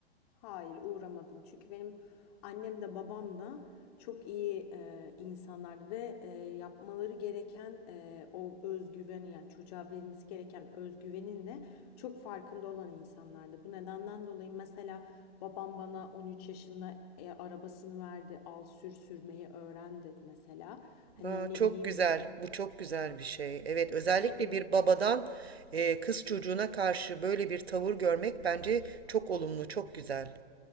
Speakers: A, on the left; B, on the right.
A: Hayır, uğramadım. Çünkü benim annem de babam da çok iyi e, insanlardı ve e, yapmaları gereken e, o özgüveni yani çocuğa verilmesi gereken özgüvenin de çok farkında olan insanlardı. Bu nedenden dolayı mesela babam bana 13 yaşında e, arabasını verdi, al sür sürmeyi öğren dedi mesela. Hani
B: Aa,
A: ne
B: çok
A: bileyim.
B: güzel, bu çok güzel bir şey. Evet, özellikle
A: Tabii
B: bir
A: tabii.
B: babadan e, kız çocuğuna karşı böyle bir tavır görmek bence çok olumlu, çok güzel.